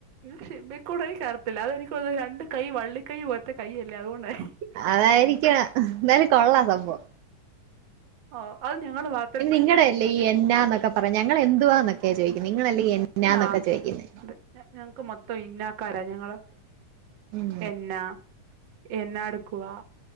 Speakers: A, on the right; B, on the right.
A: ഇത് ഷിമ്മി ക്കൂട് അറിയത്തില്ല അതെനിക്ക്തോന്നുന്നെ രണ്ട് കൈ വള്ളിക്കൈ പോലത്തെ കൈ അല്ലേ അതുകൊണ്ടായിരിക്കും
B: അതായിരിക്ക്യ എന്തായാലും കൊള്ളാം സംഭവം
A: ഓ അത് ഞങ്ങള് വാ
B: നിങ്ങടെല്ലേ ഈ എന്നാന്നെക്കെ പറഞ്ഞ ഞങ്ങള് എന്തുവാന്നൊക്കെ ചോയിക്കുന്നെ നിങ്ങളല്ലേ എന്നന്നൊക്കെ
A: ആഹ്
B: ചോദിക്കുന്നേ
A: അതെ ഞങ്ങക്ക് മൊത്തം ഇന്നക്കാര ഞങ്ങള്
B: ഉം
A: എന്ന എന്നാടുക്കവാ